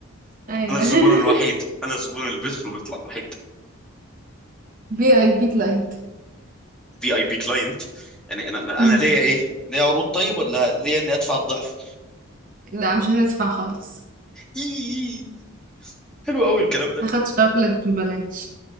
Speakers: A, on the right; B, in the centre.
A: ايوه
B: انا الزبون
A: <laughs>
B: الوحيد انا الزبون اللي بيدخل وبيطلع الوحيد
A: في اي بي كلاينت
B: في اي بي كلاينت يعني انا انا
A: مم.
B: أنا ليا ايه ليا عروض طيب ولا ليا اني ادفع الضعف
A: لا مش هتدفع خالص
B: إيه. حلو قوي الكلام ده
A: هاخد شوكليت ببلاش